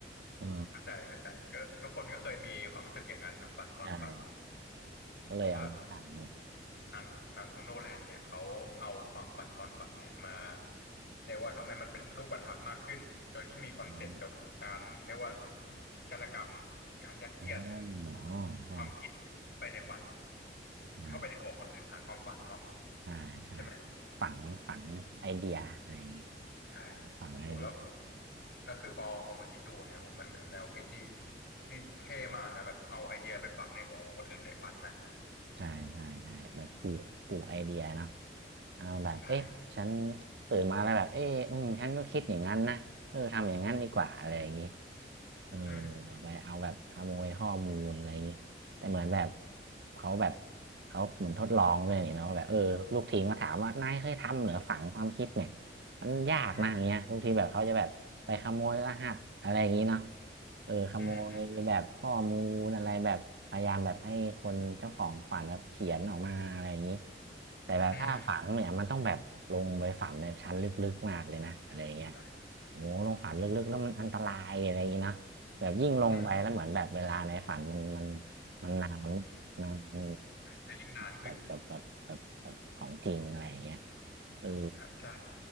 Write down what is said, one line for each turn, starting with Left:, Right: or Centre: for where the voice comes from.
Right: อ๋อ
Left: เข้าใจเข้าใจก็ทุกคนก็เคยมีความรู้สึกอย่างนั้นเนอะฝันซ้อนฝัน
Right: ใช่ก็เลยเอามาสร้างเป็นหนัง
Left: แต่ว่าหนังหนังของโนแลนเนี่ยเขาเอาความฝันซ้อนฝันเนี่ยมาเรียกว่าทำให้มันเป็นรูปธรรมมากขึ้นโดยที่มีคอนเซปต์เกี่ยวกับการเรียกว่า
Right: อม
Left: จารกรรมการยัดเยียด
Right: อ๋ออ๋อใช่
Left: ความคิดเข้าไปในฝัน
Right: ใช่
Left: เข้าไปในหัวคนอื่นผ่านความฝันเนาะ
Right: ใช่ใช่
Left: ใช่ไหม
Right: ฝังฝังไอเดียอะไรอย่างงี้
Left: ใช่
Right: ฝังไอเดีย
Left: โหแล้วแล้วคือพอพอมาคิดดูเนี่ยโหมันเป็นแนวคิดที่ที่เท่มากนะแบบเอาไอเดียไปฝังในหัวของคนอื่นในฝันน่ะ
Right: ใช่ใช่ใช่แบบปลูกปลูกไอเดียเนาะอ่าแบบเอ๊ะฉัน
Left: ใช่
Right: ตื่นมาแล้วแบบเอ๊ะอืมฉันก็คิดอย่างนั้นนะเออทำอย่างนั้นดีกว่าอะไรอย่างนี้เออ
Left: อืม
Right: ไปเอาแบบขโมยข้อมูลอะไรอย่างนี้แต่เหมือนแบบเขาแบบเขาเหมือนทดลองเลยนี่เนาะแบบเออลูกทีมก็ถามว่านายเคยทำเหรือฝังความคิดเนี่ยมันยากนะอย่างเงี้ยบางทีแบบเขาจะแบบไปขโมยรหัสอะไรอย่างนี้เนาะ
Left: อืม
Right: เออขโมยแบบข้อมูลอะไรแบบพยายามแบบให้คนเจ้าของฝันแบบเขียนออกมาอะไรอย่างนี้
Left: อืมอืม
Right: แต่แบบถ้าฝันเนี่ยมันต้องแบบลงไปฝันในชั้นลึกๆมากเลยนะอะไรอย่างเงี้ย
Left: อืมใช่
Right: โอ้โหลงฝันลึกๆแล้วมันอันตรายอะไรอย่างงี้เนอะแบบยิ่งลงไปแล้วเหมือนแบบเวลาในฝันมันมัน
Left: อืม
Right: มันนานนาน
Left: จะยิ่งนานขึ้น
Right: แบบแบบแบบแบบแบบแบบของจริงอะไรอย่างเงี้ยเออ
Left: ครับใช่